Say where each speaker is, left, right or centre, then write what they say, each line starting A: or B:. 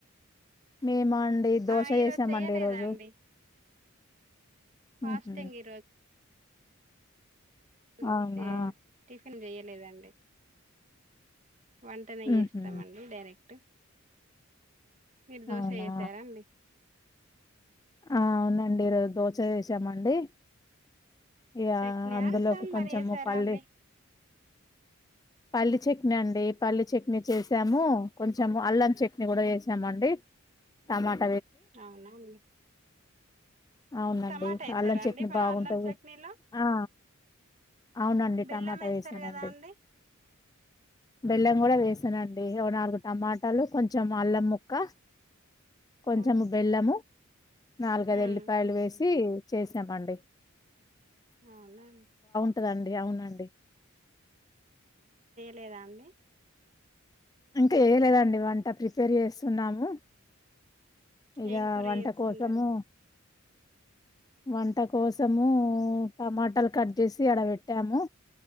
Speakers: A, on the left; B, on the right.
A: మే మా అండి దోశ
B: ఆ ఈరోజు
A: చేసామండి
B: చెయ్యలేదా
A: ఈరోజు.
B: అండి
A: హుహ్
B: ఫాస్టింగ్ ఈ రోజు
A: అవునా
B: చే టిఫిన్ చెయలేదండి. వంటనే చేస్తమండి
A: ఉహు
B: డైరెక్ట్. మీరు దోశ
A: అవునా
B: చేసారా అండి.
A: ఆ అవునండి ఈరోజు దోశ చేసామండి. యా
B: చట్నీ
A: అందులోకి
B: సాంబార్
A: కొంచెము
B: చేసారా
A: పల్లి
B: అండి
A: పల్లీ చట్నీ అండి. పల్లీ చట్నీ చేసాము, కొంచెము అల్లం చట్నీ కూడా చేసామండి. టమాట
B: అవునా అండి.
A: అవునండి,
B: టమాటా వేసారా
A: అల్లం చట్నీ
B: అండి ప
A: బాగుంటది.
B: అల్లం చట్నీలో
A: ఆ అవునండి
B: బెల్లం
A: టమాటా
B: వేస్తారు
A: వేసానండి.
B: కదా అండి
A: బెల్లం కూడా వేసానండి. ఒక నాలుగు టమాటాలు, కొంచెం అల్లం ముక్క కొంచెము
B: ఓ
A: బెల్లము, నాలుగైదు
B: ఉమ్,
A: ఎల్లిపాయలు వేసి చేసామండి.
B: అవునా
A: ఉంటదండి అవునండి.
B: లేదా అండి.
A: ఇంకా ఏయలేదండి వంట ప్రిపేర్ చేస్తున్నాము. ఇగా
B: ఏం కూర
A: వంట
B: చేస్తున్నారు
A: కోసము వంట కోసము టమాటలు కట్ చేసి ఆడ పెట్టాము.